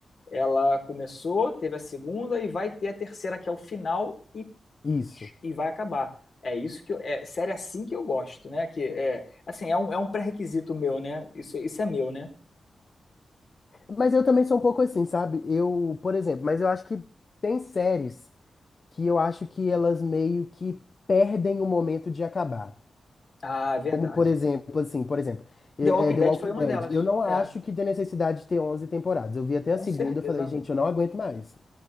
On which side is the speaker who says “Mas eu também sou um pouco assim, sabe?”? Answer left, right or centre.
Left